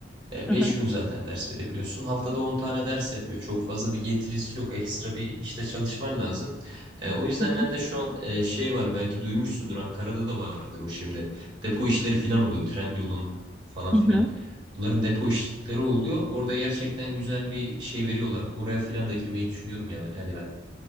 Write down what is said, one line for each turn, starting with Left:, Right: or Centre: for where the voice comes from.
Right: E,
Centre: Hı
Right: Beş
Centre: hı.
Right: gün zaten ders verebiliyorsun. Haftada 10 tane ders yapıyor. Çok fazla bir getirisi yok. Ekstra bir işte çalışman lazım. E, o yüzden
Centre: Hı hı.
Right: ben de şu an e, şey var belki duymuşsundur Ankara'da da vardır o şimdi. Depo işleri falan oluyor. Trendyol'un falan
Centre: Hı
Right: filan.
Centre: hı.
Right: Bunların depo işleri oluyor. Orada gerçekten güzel bir şey veriyorlar. Oraya filan da girmeyi düşünüyorum ya. Yani ben